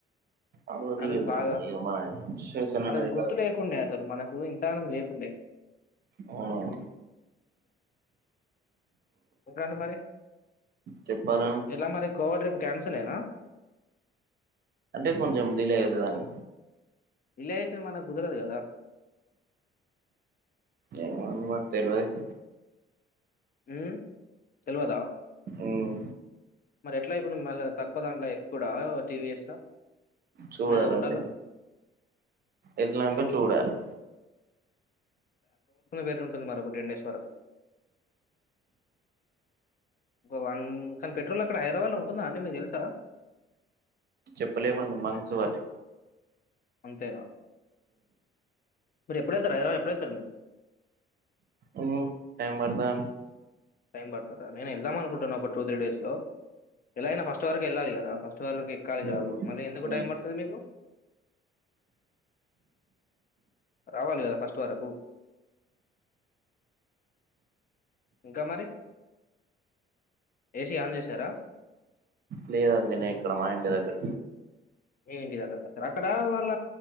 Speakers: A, on the right; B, on the left.
A: అది
B: ఆ రోజు
A: ఇగ
B: బాగా
A: మన సిచువేషన్
B: ఆ
A: అనేది
B: రోజు గుర్తు
A: కరెక్ట్
B: లేకుండే అసలు మనకు ఇంతానం లేకుండే
A: అవునవును
B: ఏంటండి మరి.
A: చెప్పాలా.
B: ఎలా మరి గోవా ట్రిప్ క్యాన్సలే నా.
A: అంటే కొంచం డీలే అయితది అని.
B: డీలే అయితే మనకు కుదర్దు కదా.
A: ఏమో అన్న తెల్వదు.
B: హ్మ్ తెలివదా
A: మ్మ్
B: మరి ఎట్లా ఇప్పుడు మళ్ళ తక్కువ దాంట్లో ఎక్కుడా టీవీఎస్ లా
A: చూడాలండి
B: లేదా హోండాలా.
A: ఎల్లినంక చూడాలి
B: బెటర్ ఉంటుంది మరి ఒక టెన్ డేస్ వరకు ఓ వన్ కానీ పెట్రోల్ అక్కడ హైదరాబాద్ లో ఉంటుందా అండి మీకు తెలుసా.
A: చెప్పలేమండి మంత్స్ వట్టి
B: అంతేనా. మీరు ఎప్పుడు వెళ్తారు హైదరాబాద్ ఎప్పుడు వెళ్తారు మీరు.
A: హ్మ్ టైం పడుతాంది
B: టైం పడుతదా నేను వెళ్దాం అనుకుంటున్నా ఒక టూ త్రీ డేస్ లో. ఎలా అయినా ఫస్ట్ వరకు వెళ్ళాలి ఇగ. దా ఫస్ట్ ఫస్ట్ వరకు ఎక్కాలి
A: మ్మ్
B: జాబు మళ్ళీ ఎందుకు
A: మ్మ్
B: టైం పడుతాది మీకు. కావాలి కదా ఫస్ట్ వరకు. ఇంకా మరి ఏసీ ఆన్ చేసార్
A: లేదు అండి నే ఇక్కడ మా ఇంటి దగ్గర.
B: మీ ఇంటి దగ్గర కదా అక్కడ వాళ్ళ